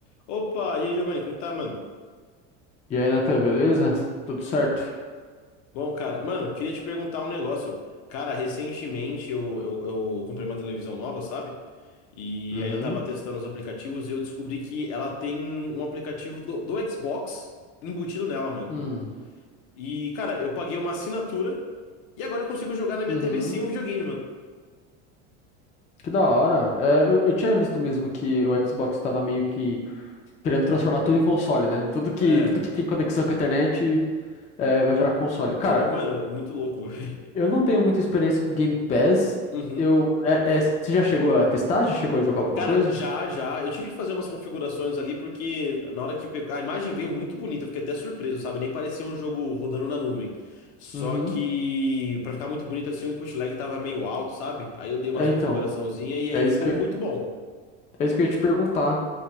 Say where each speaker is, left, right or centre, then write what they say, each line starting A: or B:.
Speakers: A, on the left; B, on the left.
A: Opa, e aí, Giovanni, como tá, mano?
B: E aí, Natan, beleza? Tudo certo?
A: Bom, cara, mano, queria te perguntar um negócio. Cara, recentemente eu, eu, eu comprei uma televisão nova, sabe? E
B: Uhum.
A: aí eu tava testando os aplicativos e eu descobri que ela tem um aplicativo do, do Xbox embutido nela, mano.
B: Uhum.
A: E, cara, eu paguei uma assinatura e agora eu consigo jogar na minha
B: Uhum.
A: TV sem o videogame, mano.
B: Que da hora. É, eu, eu tinha visto mesmo que o Xbox estava meio que querendo transformar tudo em console, né? Tudo que,
A: É,
B: tudo que tem conexão com a internet é, vai virar console.
A: <laughs>
B: Cara,
A: mano, muito louco. <laughs> velho.
B: eu não tenho muita experiência com Game Pass.
A: Uhum.
B: Eu, é, é, você já chegou a testar? Já chegou a jogar alguma
A: Cara,
B: coisa?
A: já, já. Eu tive que fazer umas configurações ali, porque na hora que pegou. A imagem veio muito bonita, eu fiquei até surpreso, sabe? Nem parecia um jogo rodando na nuvem. Só
B: Uhum.
A: que, pra ficar muito bonito assim, o input lag tava meio alto, sabe? Aí eu dei umas
B: É,
A: configuraçãozinhas
B: então.
A: e
B: É
A: aí
B: isso
A: ficou
B: que eu,
A: muito bom.
B: é isso que eu ia te perguntar.